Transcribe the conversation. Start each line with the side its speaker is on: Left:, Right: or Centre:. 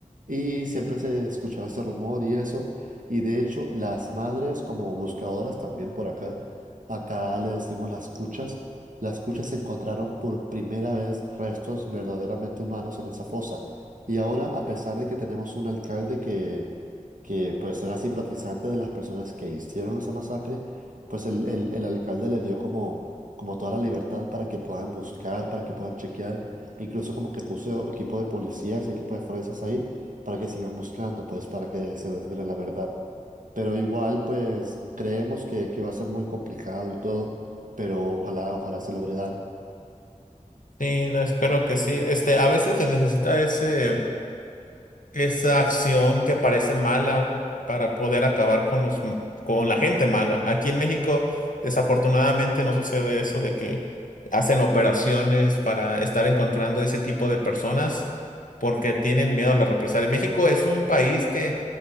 Right: Y siempre se escuchaba ese rumor y eso. Y de hecho, las madres como buscadoras también por acá, acá le decimos las cuchas, las cuchas encontraron por primera vez restos verdaderamente humanos en esa fosa. Y ahora, a pesar de que tenemos un alcalde que, que pues era simpatizante de las personas que hicieron esa masacre, pues el, el- el alcalde le dio como, como toda la libertad para que puedan buscar, para que puedan chequear. Incluso como que puso equipo de policías y equipo de forenses ahí para que sigan buscando, pues para que se desvele la verdad. Pero igual, pues creemos que, que va a ser muy complicado y todo, pero ojalá, ojalá se logre dar.
Left: Sí, no, espero que sí. Este, a veces se necesita ese. esa acción que parece mala para poder acabar con los m- con la gente mala. Aquí en México, desafortunadamente, no sucede eso de que hacen operaciones para estar encontrando ese tipo de personas porque tienen miedo a la represalia. México es un país que